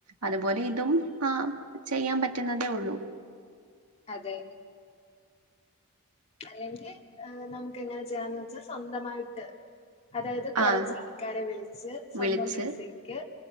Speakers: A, on the right; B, on the left.
A: അതുപോലെ ഇതും ആ ചെയ്യാൻ പറ്റുന്നതേ ഉള്ളൂ
B: അതെ അല്ലെങ്കിൽ നമുക്ക് എങ്ങനെ ചെയ്യാന്ന് സ്വന്തമായിട്ട് അതായത് കൊറച്ച്
A: ആഹ്
B: ആൾക്കാരെ വിളച്ച് സ്വന്തം
A: വിളിച്ച്
B: പൈസ ക്ക്‌